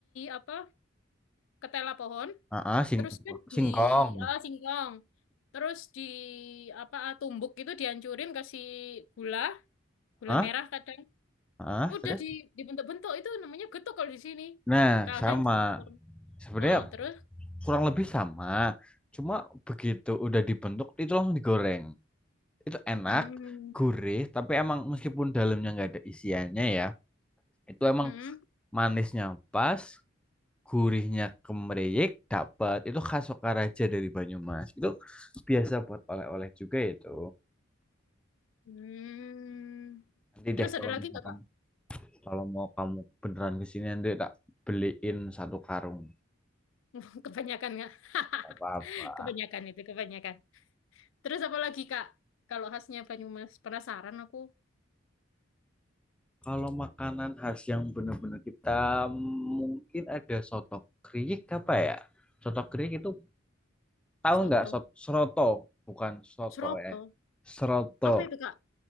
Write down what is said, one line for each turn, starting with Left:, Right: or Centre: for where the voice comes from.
Left: apa? Ketela pohon,
Centre: Ah, sing
Left: terus kan
Centre: singkong.
Left: di ah, singkong. Terus di apa ah, tumbuk itu dihancurin kasih gula, gula
Centre: Ah,
Left: merah kadang.
Centre: ah.
Left: Udah
Centre: Terus?
Left: di dibentuk-bentuk itu namanya getuk kalau di sini.
Centre: Nah,
Left: Kadang
Centre: sama.
Left: campur.
Centre: Sebenarnya
Left: Oh, terus
Centre: kurang lebih sama. Cuma begitu udah dibentuk itu langsung digoreng. Itu enak,
Left: hmm,
Centre: gurih, tapi emang meskipun dalamnya nggak ada isiannya ya, itu emang
Left: hmm,
Centre: manisnya pas, gurihnya kemeriyek, dapat Itu khas Sokaraja dari Banyumas. Itu biasa buat oleh-oleh juga itu.
Left: hmm.
Centre: Nanti
Left: Terus
Centre: deh kalau
Left: ada lagi
Centre: misalkan
Left: nggak, Kak?
Centre: Kalau mau kamu beneran kesini nanti tak beliin satu karung.
Left: <laughs> Kebanyakan nggak? <laughs> <laughs>
Centre: Gak Apa-apa.
Left: Kebanyakan itu, kebanyakan. Terus apa lagi, Kak? Kalau khasnya Banyumas, penasaran aku.
Centre: Kalau makanan khas yang bener-bener kita mungkin ada soto kriik apa ya? Soto kriik itu tahu
Left: Soto.
Centre: nggak sot- seroto? Bukan soto
Left: Seroto.
Centre: eh. Seroto.
Left: Apa itu, Kak?